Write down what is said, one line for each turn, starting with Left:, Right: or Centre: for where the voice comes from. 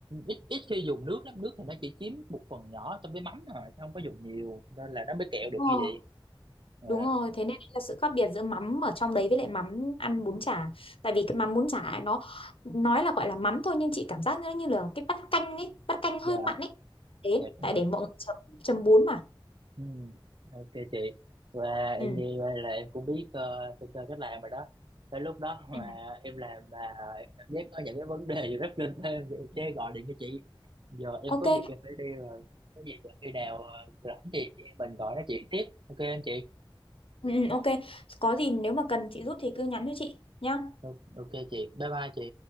Right: ít ít khi dùng nước lắm nước thì nó chỉ chiếm một phần nhỏ trong cái mắm thôi chứ không có dùng nhiều nên là nó mới kẹo
Left: đúng
Right: được như
Left: rồi,
Right: vậy dạ
Left: đúng rồi. thế nên là sự khác biệt giữa mắm ở trong đấy với lại mắm ăn bún chả tại vì cái mắm bún chả ấy, nó nói là gọi là mắm thôi nhưng chị cảm giác nó như là cái bát canh ấy bát canh hơi
Right: dạ
Left: mặn ấy thế
Right: dạ đúng
Left: tại
Right: rồi.
Left: để mọi người chấm chấm bún mà
Right: Ừ, ok chị và
Left: ừ.
Right: em nghe vậy là em cũng biết uh, sơ sơ cách làm rồi đó tới lúc đó mà
Left: ừ.
Right: em làm mà em cảm giác có những cái vấn đề gì rất linh thêm thì em sẽ gọi điện cho chị giờ em
Left: ok
Right: có việc em phải đi rồi cái gì giờ khi nào ờ, rảnh thì chị em mình gọi nói chuyện tiếp ok anh chị
Left: ừ, ừ, ok có gì nếu mà cần chị giúp thì cứ nhắn cho chị nhá
Right: ok ok chị bye bye chị